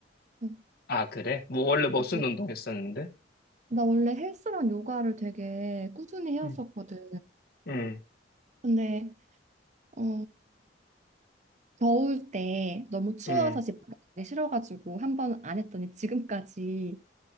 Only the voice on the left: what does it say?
아, 그래? 뭐 원래 무슨
운동 했었는데?
응, 응,
응,